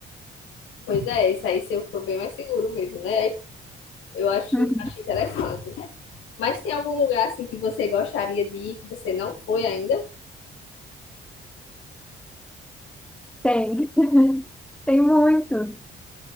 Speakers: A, on the left (about 85°); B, in the centre.
A: pois é, isso aí seria bem mais seguro mesmo, né? Aí Eu acho,
B: Uhum.
A: acho interessante. Mas tem algum lugar assim que você gostaria de ir, que você não foi ainda?
B: Tem, <laughs> tem muitos.